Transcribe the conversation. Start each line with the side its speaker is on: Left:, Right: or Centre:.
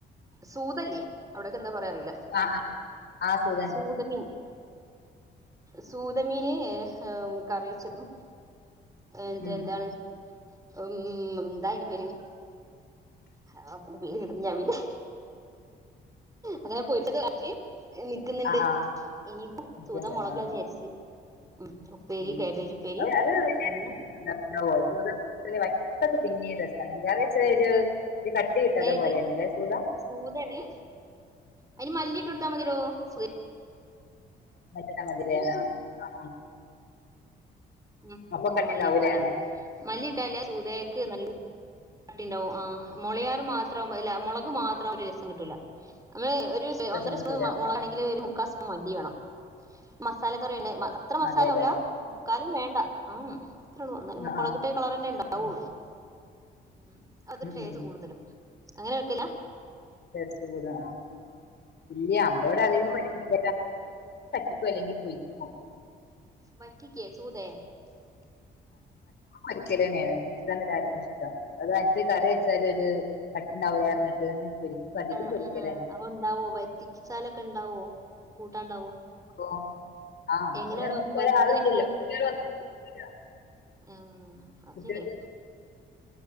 Right: സൂതഇല്ലെ അവിടെക്കെ എന്താ പറയാ അറില്ല
Left: ആ ആ സുഖന്നെ
Right: സൂതമീൻ സൂതമീന് കറിവച്ചതും എന്ത
Left: ഉം
Right: എന്താണ് ഉം ന്തായിന്റെ പേര് ഹാ അയിന്റെ പേര് കിട്ടുന്നില്ല ആ മീന്റെ അങ്ങനെ പോരിച്ചതും ആക്കി നിക്ക്ന്നിണ്ട്
Left: ആ ആ
Right: ഇനിയിപ്പം സൂത
Left: ക്കണ്ട്
Right: മൊളക്
Left: ആ
Right: ഇടാന്ന് വിചാരിച്ച് ഉം ഉപ്പേരി
Left: ഉം
Right: കാബേജ് ഉപ്പേരി
Left: അ അത് <unintelligible>
Right: ഒന്ന്
Left: ഉണ്ടാവ്വൊ സൂത <unintelligible> പിന്നേം രസാണ് <unintelligible> ച്ചിരി കട്ടി കിട്ടാത്ത
Right: ഏത്
Left: പോലെയാണ് സൂധ
Right: സൂതയാണ് അയിന് മല്ലിട്ട് കൊടുത്താ മതിലൊ സു
Left: മല്ലി ഇട്ടാ മതിലെ ആ ആ
Right: ഉ
Left: അപ്പം
Right: ഓ
Left: കട്ടിണ്ടാവൂലേ
Right: മല്ലിയിട്ട് കൊടുത്താതി മല്ലിയിട്ടലെ സൂതയക്ക് നല്ല കട്ടിണ്ടാവും ആഹ് മൊളയാർ മാത്രം അല്ല മൊളക് മാത്രം ആവുമ്പം ഒര് രസം കിട്ടൂല നമ്മള് ഒരു ഒന്നര
Left: രസം കിട്ടൂല
Right: സ്പൂൺ മൊളക്
Left: ആ
Right: ആണെങ്കില് ഒരു ക്കസ് മല്ലി വേണം മസാല കറി ഒണ്ടേ അത്ര മസാല
Left: അതെല്ലേ
Right: ആവൂല മുക്കാൽ വേണ്ട ഉം അത്ര ഒണ്ടന്നാലും
Left: ആ
Right: മോളകിട്ട
Left: ആ
Right: കളർന്നെ ഉണ്ടാവൊള്ളു
Left: ഉം
Right: ഉം അതൊരു ടേസ്റ്റ്
Left: ഉം
Right: കൂടുതലും അങ്ങനെ വെക്കലാ
Left: ടെസ്റ്റ് കുടുവാ ആ ഇല്ല നമ്മളോട് അധികം <unintelligible> ഇപ്പ അല്ലെങ്കി പൊരിക്കും
Right: വറ്റിക്കേ സൂതെ
Left: പോരിക്കല് തന്നെ ആണ് എർക്കും ഇഷ്ടം അത് മറ്റ് കറി വെച്ചല് ഒര് കട്ട്ണ്ടാവില്ലാ പറഞ്ഞിട്ട് അധികം
Right: ആ
Left: പൊരിക്കലന്നെ
Right: ആ അവ ഉണ്ടാവോ വരിച്ചാലൊക്കെ ഉണ്ടാവോ കൂട്ടാണ്ടാവോ
Left: ഓ ആഹ് അ
Right: എങ്ങനെ
Left: അതിനനുസരിച്ച്
Right: അവിടെ വറ്റിക്കൽ
Left: ആളില്ലല്ലോ
Right: എങ്ങനെയാ
Left: കുട്ടി വന്നിട്ട് <unintelligible>
Right: ആ, അത്
Left: കുട്ടികൾ
Right: ശരിയാ